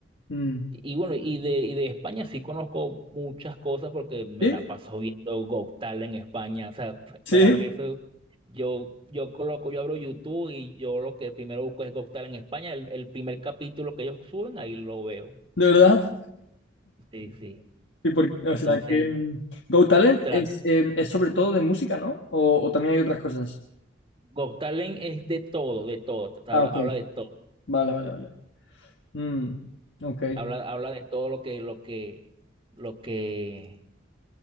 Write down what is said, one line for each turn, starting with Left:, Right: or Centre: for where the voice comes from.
Left: mm.
Right: Y bueno, y de, y de España sí conozco muchas cosas porque me
Left: Sí,
Right: la paso viendo Got Talent en España. O sea, <laughs>
Left: sí,
Right: para mí eso, yo, yo coloco, yo abro YouTube y yo lo que primero busco es Got Talent en España. El, el primer capítulo que ellos suben, ahí lo veo.
Left: de verdad.
Right: Sí, sí.
Left: Y por-
Right: Entonces,
Left: o sea que mm, Go Talent
Right: tra-
Left: es, eh, es sobre todo de música, ¿no? O, o también hay otras cosas.
Right: Got Talent es de todo, de todo. Habla,
Left: Ah, ok.
Right: habla de todo.
Left: Vale, vale, vale. Mm, ok.
Right: Habla, habla de todo lo que, lo que, lo que